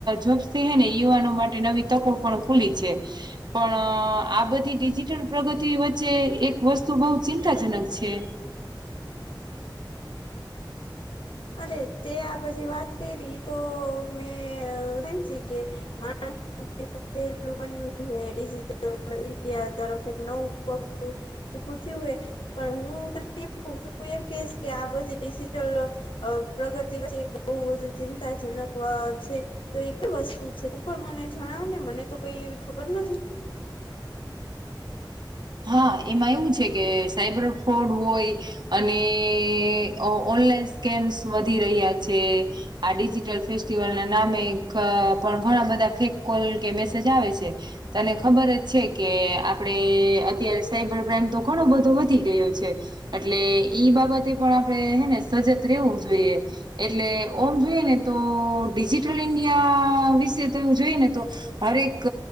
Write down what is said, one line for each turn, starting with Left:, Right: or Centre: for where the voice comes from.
Right: જોબ્સથી હેને યુવાનો માટે નવી તકો પણ ખૂલી છે. પણ આ બધી ડિજિટલ પ્રગતિ વચ્ચે એક વસ્તુ બહુ ચિંત તા જનક છે.
Left: અને તે આ બધી વાત કયરી ઈતો મેં હમજી કે માણ <unintelligible> ડિજિટલ ઇન્ડિયા તરફ એક નવુ પગ ઉભું થયું હોય પણ હું તું એમ કેશ કે આ પછી ડિજિટલ અ પ્રગતિ પછી બો વધુ ચિંતાજનક છે. તો એક વસ્તુ છે, તું પણ મને જણાવ ને મને તો કઈ એવી ખબર નથી
Right: હા એમાં એવું છે, કે સાઈબર ફ્રોડ હોય અને ઓ ઓનલાઈન સ્કેમ્સ વધી રહ્યા છે. આ ડિજિટલ ફેસ્ટિવલના નામે ધ પણ ઘણા બધા ફેક કોલ કે મેસેજ આવે છે. તને ખબર જ છે, કે આપણેે અત્યારે સાયબર ક્રાઈમ તો ઘણો બધો વધી ગયો છે. એટલે ઈ બાબતે પણ આપણે હે ને સજત રહેેવું જોઈએ એટલે ઓમ જોઈએ ને તો ડિજિટલ ઇન્ડિયા વિશે તો જોઈએ ને તો હરેક